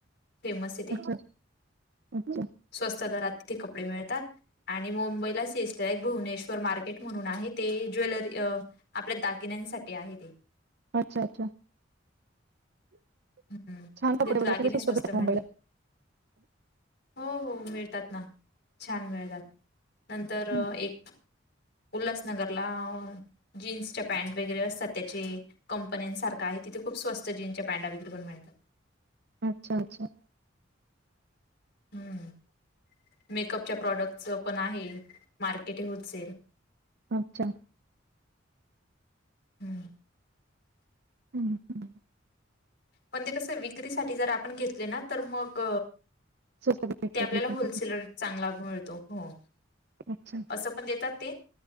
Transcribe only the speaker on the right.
अच्छा अच्छा
अच्छा अच्छा
छान कपडे
वगैरे
सगळे
भेटतात
मुंबईला
ना?
अच्छा अच्छा
अच्छा
हम् हम्
स्वस्त भेटतात
विकायसाठी
अच्छा